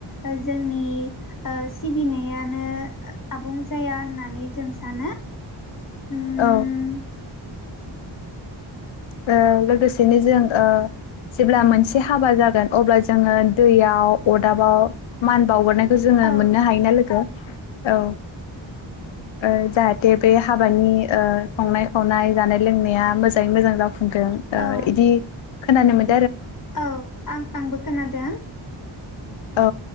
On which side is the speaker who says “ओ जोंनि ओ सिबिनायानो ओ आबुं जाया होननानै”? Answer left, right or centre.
Left